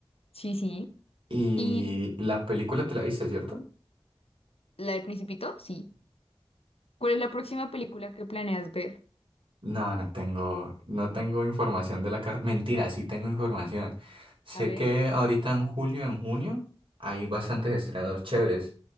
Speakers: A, on the left; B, on the right.
A: Sí, sí.
B: Y
A: ¿Y
B: la película te la viste, ¿cierto?
A: la del Principito? Sí. ¿Cuál es la próxima película que planeas ver?
B: No, no tengo, no tengo información de la carta. Mentira, sí tengo información. Sé
A: A ver.
B: que ahorita en julio, en junio, hay bastantes estrenos chéveres.